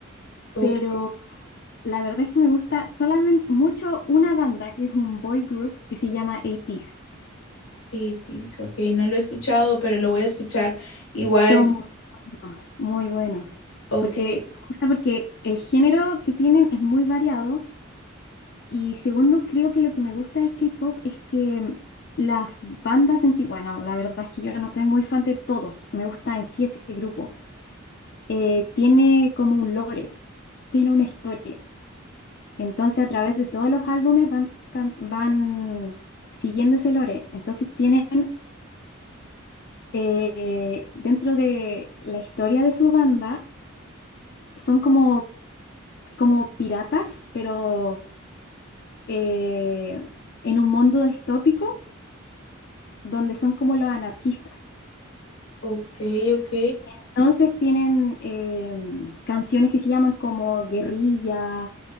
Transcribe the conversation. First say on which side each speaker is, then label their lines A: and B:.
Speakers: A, on the left; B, on the left.
A: Ok,
B: Pero la verdad es que me gusta solamente mucho una banda que es un boy group y se llama 80
A: Pitis, ok, no lo he escuchado, pero lo voy a escuchar igual.
B: Son buenos, muy buenos.
A: Ok,
B: Porque me gusta porque el género que tienen es muy variado Y segundo, creo que lo que me gusta del K-pop es que mm, las bandas en sí, bueno, la verdad es que yo no soy muy fan de todos, me gusta en sí ese grupo, eh, tiene como un lore, <laughs> tiene una historia. Entonces a través de todos los álbumes van, can- van siguiendo ese lore. Entonces tienen eh, dentro de la historia de su banda, son como, como piratas, pero eh, en un mundo distópico donde son como los anarquistas.
A: ok, ok.
B: Entonces tienen em, canciones que se llaman como Guerrilla,